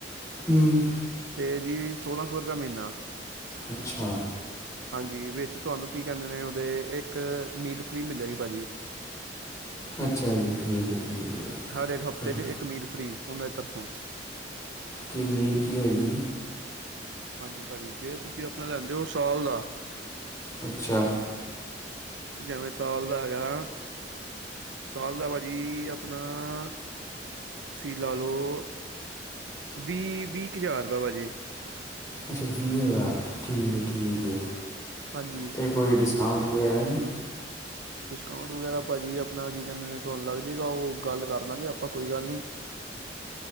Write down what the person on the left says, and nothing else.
ਹੂੰ
ਅੱਛਾ।
ਅੱਛਾ ਜੀ ਠੀਕ ਹੈ ਠੀਕ
ਹੈ
ਕੇ ਮੀਲ ਕੀ ਹੈਗੀ
ਅੱਛਾ
ਅੱਛਾ ਵੀਹ ਹਜ਼ਾਰ ਠੀਕ ਹੈ ਠੀਕ ਹੈ
ਅਤੇ ਕੋਈ ਡਿਸਕਾ ਅਕਾਊਂਟ ਵਗੈਰਾ ਨਹੀਂ